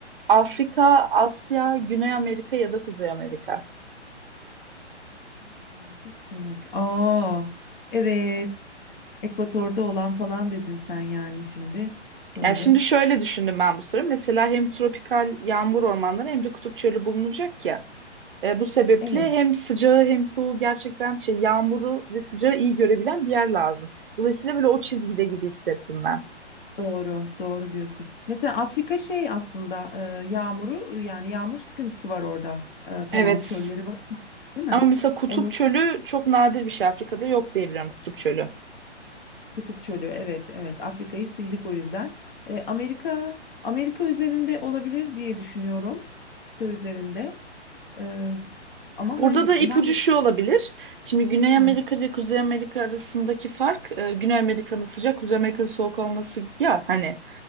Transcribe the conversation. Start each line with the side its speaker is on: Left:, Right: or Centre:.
Right: Afrika,
Left: Ha,
Right: Asya, Güney Amerika ya da Kuzey Amerika.
Left: Asya, Güney Amerika, Kuzey Amerika. Aa, evet. Ekvatorda olan falan dedin sen yani şimdi. Böyle.
Right: Yani şimdi şöyle düşündüm ben bu soruyu. Mesela hem tropikal yağmur ormanları hem de kutup çölü bulunacak ya. E, bu sebeple
Left: Evet,
Right: hem sıcağı hem soğuğu gerçekten şey yağmuru ve sıcağı iyi görebilen bir yer lazım. Dolayısıyla böyle o çizgide gibi hissettim ben.
Left: doğru, doğru diyorsun. Mesela Afrika şey aslında e, yağmuru yani yağmur sıkıntısı var orada. E, tamam
Right: Evet.
Left: çölleri var ama değil mi?
Right: Ama mesela Kutup
Left: Onu
Right: Çölü çok nadir bir şey. Afrika'da yok diyebilirim Kutup Çölü.
Left: Kutup Çölü. Evet, evet. Afrika'yı sildik o yüzden. E, Amerika Amerika üzerinde olabilir diye düşünüyorum. Kıta üzerinde. Ee, ama
Right: Burada
Left: hangi
Right: da ipucu
Left: hangi
Right: şu olabilir. Şimdi Güney
Left: Hı.
Right: Amerika ve Kuzey Amerika arasındaki fark e, Güney Amerika'nın sıcak, Kuzey Amerika'nın soğuk olması ya hani.